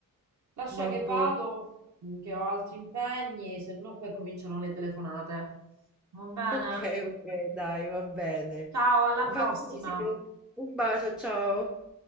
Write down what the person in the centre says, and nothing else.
vabbè.
Ok, ok, dai, va bene.
Mi
ha fatto piacere. Un bacio, ciao.